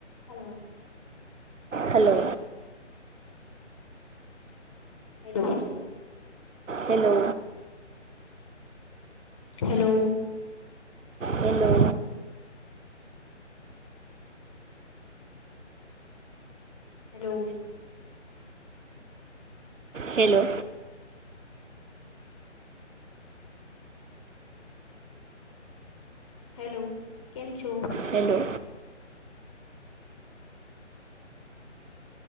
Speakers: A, on the left (about 25°); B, on the right (about 80°).
A: હાલો.
B: Hello
A: hello.
B: Hello
A: hello.
B: Hello
A: hello.
B: Hello.
A: Hello કેમ છો?
B: Hello